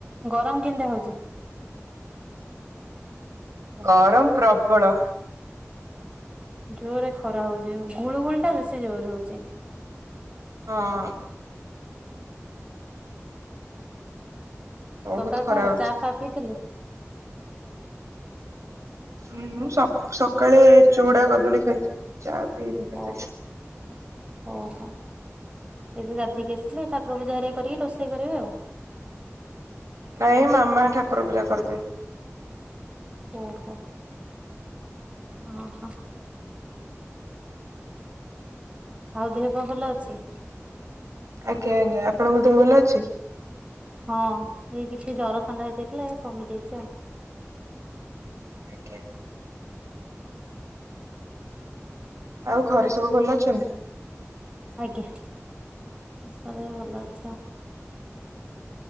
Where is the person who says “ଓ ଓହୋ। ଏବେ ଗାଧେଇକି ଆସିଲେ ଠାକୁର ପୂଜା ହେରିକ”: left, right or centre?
Right